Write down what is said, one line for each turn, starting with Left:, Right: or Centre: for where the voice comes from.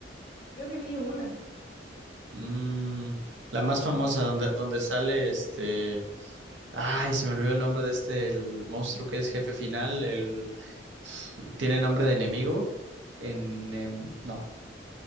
Left: Creo que vi una,
Right: Mm, la
Left: pero
Right: más
Left: no,
Right: famosa, donde, donde sale este. Ay, se me olvidó el nombre de este, el monstruo que es jefe final. El. Tiene nombre de enemigo. En. em, no,